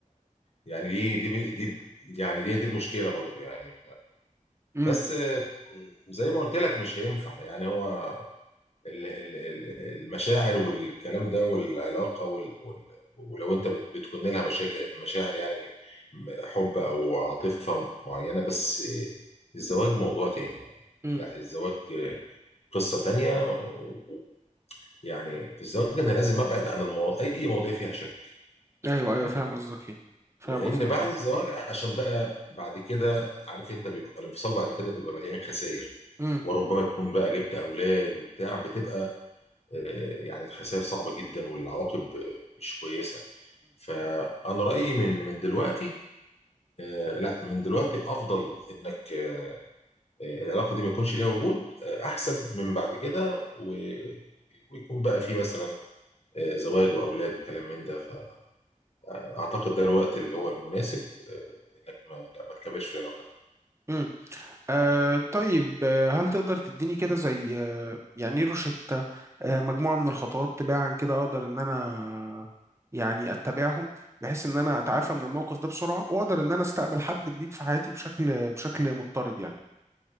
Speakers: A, on the left; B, on the right.
A: يعني دي دي دي يعني دي دي المشكله برضو يعني
B: امم
A: بس زي ما قلت لك مش هينفع يعني هو ال- ال- ال- المشاعر والكلام ده والعلاقة وال- وال- ولو انت بت- بتكون لها مشاكل مشاعر يعني م- حب او عاطفة معينة بس الزواج موضوع تاني يعني
B: امم
A: لا الزواج قصة تانية و- و- يعني في الزواج انا لازم ابعد عن المو... اي مواضيع فيها شك
B: ايوه
A: لان
B: ايوه فاهم قصدك ايه فاهم
A: لان
B: قصدك
A: بعد
B: ايه
A: الزواج عشان بقى بعد كده عارف انت بيبقى الانفصال بعد كده بيبقى مليان خسائر
B: امم
A: وربما يكون بقى جبت اولاد وبتاع بتبقى آه، يعني الخسائر صعبه جدا والعواقب آه، مش كويسه فانا رايي من من دلوقتي آه، لا من دلوقتي افضل انك آه، آه، العلاقه دي ما يكونش ليها وجود آه، احسن من بعد كده و- ويكون بقى في مثلا آه، زواج واولاد وكلام من ده فاعتقد ده الوقت اللي هو المناسب آه، انك ما لا ما تكملش في العلاقه
B: امم آه طيب آه، هل تقدر تديني كده زي آه يعني إيه روشتة آه مجموعة من الخطوات تباعا كده أقدر إن أنا يعني أتبعهم بحيث إن أنا أتعافى من الموقف ده بسرعة وأقدر إن أنا أستقبل حد جديد في حياتي بشكل بشكل مضطرد يعني